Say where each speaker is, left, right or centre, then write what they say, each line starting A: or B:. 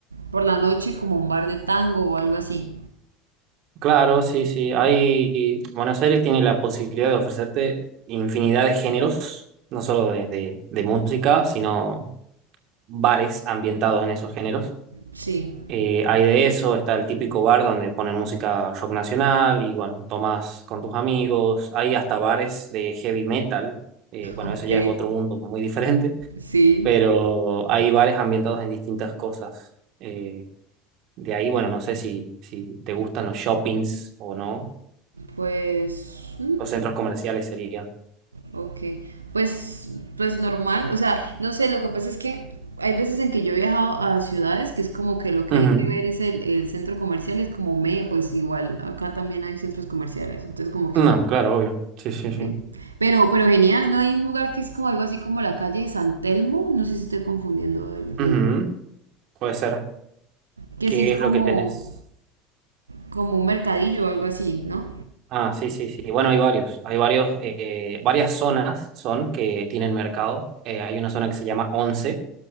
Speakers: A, on the right; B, on the right.
A: por la noche como a un bar de tango o algo así.
B: Claro, sí, sí. Hay... Buenos Aires tiene la posibilidad de ofrecerte infinidad de géneros, no solo de, de- de música, sino bares ambientados en esos géneros.
A: Sí.
B: Eh, hay de eso, está el típico bar donde ponen música rock nacional y bueno, tomás con tus amigos. Hay hasta bares de heavy metal. Eh, bueno,
A: Ok.
B: eso ya es otro mundo muy diferente,
A: Sí.
B: pero hay bares ambientados en distintas cosas. eh, De ahí, bueno, no sé si, si te gustan los shoppings o no.
A: Pues... mm,
B: Los centros comerciales serían.
A: Ok, pues, pues normal, o sea, no sé, lo que pasa es que hay veces en que yo he viajado a ciudades que es como que lo que
B: Ujú.
A: hay que ver es el, el centro comercial, es como me, pues igual acá también hay centros comerciales, entonces como que,
B: No, claro, obvio. Sí, sí, sí.
A: sí. Pero, pero genial, ¿no? Hay un lugar que es como algo así como la calle de San Telmo, no sé si estoy confundiendo, el, tel-
B: Ujú. Puede ser.
A: que
B: ¿Qué
A: sí es como,
B: es lo que tenés?
A: como un mercadillo o algo así, ¿no?
B: Ah, sí, sí, sí. Bueno, hay varios. Hay varios, eh, varias zonas son que tienen mercado. Eh, hay una zona que se llama Once,